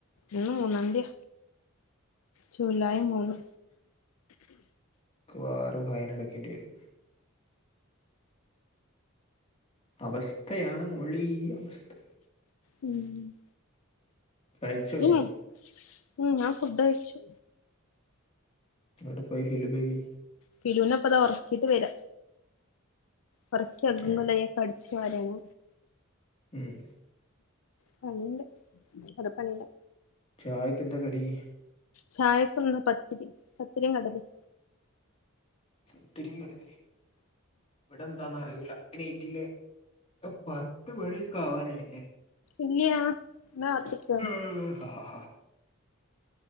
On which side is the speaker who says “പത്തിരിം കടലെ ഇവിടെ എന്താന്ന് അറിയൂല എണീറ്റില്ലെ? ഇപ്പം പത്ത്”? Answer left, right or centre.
Left